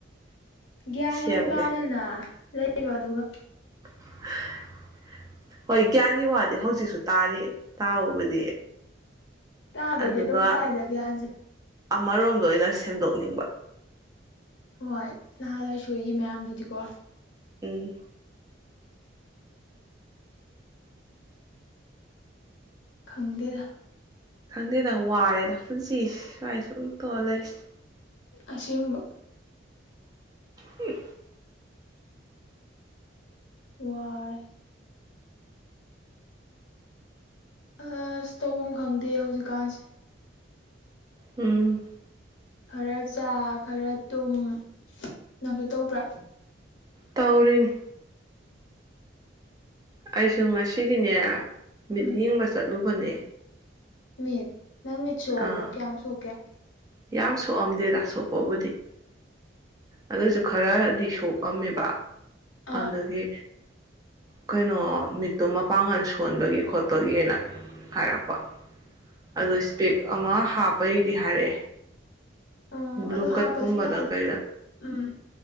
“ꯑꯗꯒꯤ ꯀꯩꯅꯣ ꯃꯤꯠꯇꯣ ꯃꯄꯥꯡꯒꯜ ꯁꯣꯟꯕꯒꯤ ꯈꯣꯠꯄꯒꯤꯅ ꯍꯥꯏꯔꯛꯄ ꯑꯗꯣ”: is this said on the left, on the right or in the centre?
Right